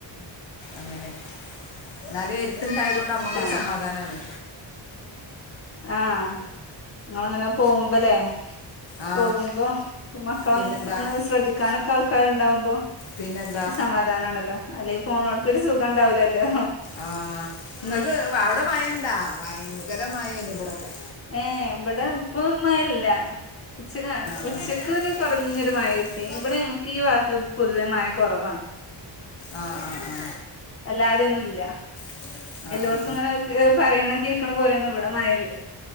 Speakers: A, on the left (about 70°); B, on the left (about 30°).
A: അങ്ങനെ. എന്നാലും എരുത്തുണ്ടായതു കൊണ്ട് നമുക്കൊരു
B: ആഹ്
A: സമാധാനാണ്
B: ആഹ് നിങ്ങളങ്ങന പോകുമ്പലെ
A: ആ
B: പോകുമ്പോ <unintelligible>
A: പിന്നെന്താ
B: ഒന്ന് അത് ശ്രദ്ധി ക്കാനക്കെ ആൾക്കാരുണ്ടാവുമ്പോ
A: പിന്നെന്താ
B: ഒരു സമാധാനം ഉണ്ടല്ലോ അല്ലെ ഇപ്പൊ ഫോണും എടുത്ത് ഒരു സുഖം ഉണ്ടാവുല്ലല്ലോ.
A: ആഹ് ഇങ്ങൾക്ക് അവിടെ മഴ ഇണ്ടോ, ഭയങ്കര മഴയാണ് ഇവിടെയൊക്കെ.
B: ഏഹ് ഇവിടെ ഇപ്പം മഴ ഇല്ല ഉച്ചക്കാണ്
A: എങ്ങനെയാണ്
B: ഉച്ചക്ക്
A: ആക്കി
B: ഒരു.
A: തരാം
B: കുറഞ്ഞൊരു മഴ കിട്ടി
A: വാ
B: ഇവിടെ ഞങ്ങൾക്ക് ഈ ഭാഗത്ത് പൊതുവെ മഴ കുറവാ.
A: ആഹ് ആഹ് ആഹ്
B: അല്ലാതെയൊന്നുല്ല
A: അറിയോ ഉം. ആ
B: എല്ലായിടത്തും
A: ആ ആ ആ
B: ഇങ്ങനൊരു. ഇത് പറയണേ കേൾക്കണേ പോലെയൊന്നും ഇവിടെ മഴ ഇല്ല.